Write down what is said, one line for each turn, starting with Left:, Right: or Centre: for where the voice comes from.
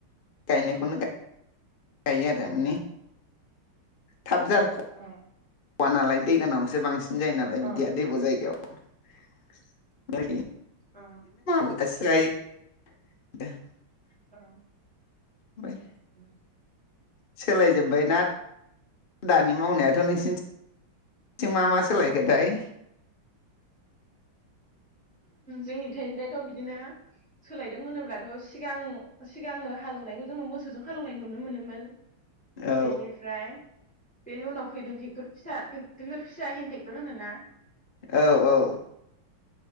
Left: गायनायखौनो गायो आरो माने। थाब जारख
Centre: अ
Left: आनालायन दैगानावसो बांसिन जायो नालाय बिदिया
Centre: अ
Left: दैब' जायगायाव
Centre: अ
Left: <unintelligible> <unintelligible> <unintelligible>
Centre: औ।
Left: बाय
Centre: औ।
Left: सोलायजोब्बायना दानि मावनायाथ' नोंसिनिथिं थिं मा मा सोलायखोथायाय।
Centre: औ जोंनि थिंजायथ' बिदिनो सोलायदों होनोब्लाथ' सिगां सिगांनो हालेवनायखौ जोङो मोसौजों हालेवनाय नुनो मोनोमोन।
Left: औ
Centre: बेनिफ्राय बेनि उनाव फैदों टेक्टर फिसा टेक्टर फिसा हेन टेक्टर होनो ना।
Left: औ औ।